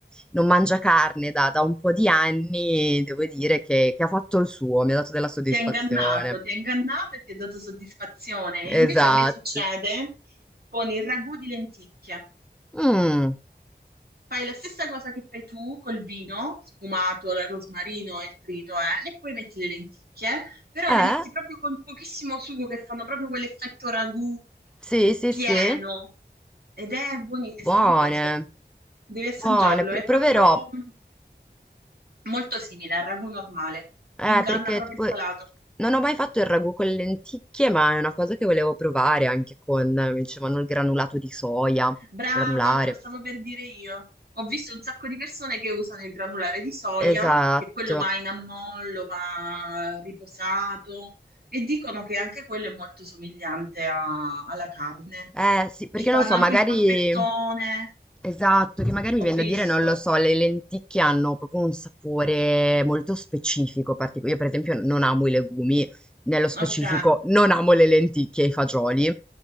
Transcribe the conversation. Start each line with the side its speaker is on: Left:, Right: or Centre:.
Centre: non mangia carne da, da un po' di anni, devo dire che, che ha fatto il suo, mi ha dato della soddisfazione.
Right: Ti ha ingannato, ti ha ingannato e ti ha dato soddisfazione. E Invece
Centre: Esatto.
Right: a me succede con il ragù di lenticchie.
Centre: Mm.
Right: fai la stessa cosa che fai tu col vino sfumato, il rosmarino e il trito, eh, e poi metti le lenticchie, però
Centre: Eh?
Right: le metti proprio con pochissimo sugo che fanno proprio quell'effetto ragù
Centre: Sì, sì,
Right: pieno
Centre: sì.
Right: ed è buoni- è
Centre: Buone.
Right: strepitoso. Devi assaggiarlo,
Centre: Buone. Pr-
Right: è
Centre: proverò.
Right: proprio mm, molto simile al ragù normale,
Centre: Eh,
Right: inganna
Centre: perché
Right: proprio
Centre: tipo
Right: il palato.
Centre: non ho mai fatto il ragù con le lenticchie, ma è una cosa che volevo provare anche con, eh, mi dicevano, il granulato di soia,
Right: Brava,
Centre: granulare.
Right: te lo stavo per dire io. Ho visto un sacco di persone che usano il granulare di soia,
Centre: Esatto.
Right: che quello va in ammollo, va riposato, e dicono che anche quello è molto somigliante a- alla carne.
Centre: Eh sì, perché
Right: Ci fanno
Centre: non so,
Right: anche
Centre: magari...
Right: il polpettone,
Centre: Esatto, che magari mi
Right: ho
Centre: viene da
Right: visto.
Centre: dire, non lo so, le lenticchie hanno proprio un sapore molto specifico, particolare. Io per esempio non amo i legumi, nello specifico
Right: Ok,
Centre: non amo le lenticchie e i fagioli,